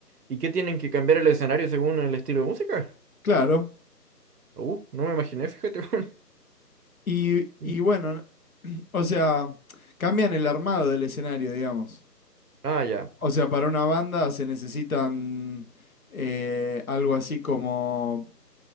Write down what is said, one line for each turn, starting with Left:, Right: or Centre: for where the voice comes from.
Right: ¿Y qué tienen que cambiar el escenario según el estilo de música?
Left: claro,
Right: Uh, no me imaginé, fíjate, weón.
Left: y, y
Right: Mm,
Left: bueno, O sea, cambian el armado del escenario, digamos.
Right: Ah, ya.
Left: O sea, para una banda se necesitan eh, algo así como